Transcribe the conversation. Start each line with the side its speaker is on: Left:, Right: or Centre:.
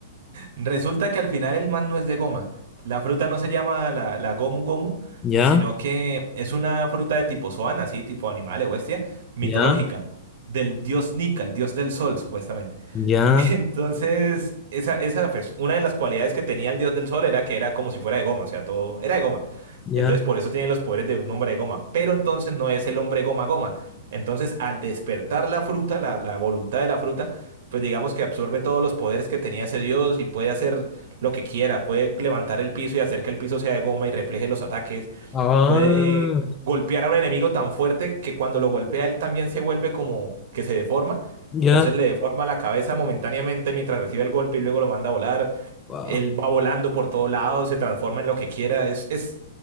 Right: Resulta que al final el man no es de goma. La fruta no se llama la, la gomu gomu,
Left: Ya,
Right: sino que es una fruta de tipo zoan, así, tipo animal o bestia, mitológica,
Left: ya,
Right: del dios Nika, el dios del sol, supuestamente.
Left: ya,
Right: <laughs> Entonces, esa, esa, pues, una de las cualidades que tenía el dios del sol era que era como si fuera de goma, o sea, todo era de goma.
Left: ya.
Right: Entonces, por eso tiene los poderes de un hombre de goma. Pero entonces no es el hombre goma goma. Entonces, al despertar la fruta, la, la voluntad de la fruta, pues digamos que absorbe todos los poderes que tenía ese dios y puede hacer lo que quiera, puede levantar el piso y hacer que el piso sea de goma y refleje los ataques,
Left: Ah,
Right: puede golpear a un enemigo tan fuerte que cuando lo golpea él también se vuelve como que se deforma,
Left: ya.
Right: entonces le deforma la cabeza momentáneamente mientras recibe el golpe y luego lo manda a volar,
Left: Wow.
Right: él va volando por todos lados, se transforma en lo que quiera, es, es,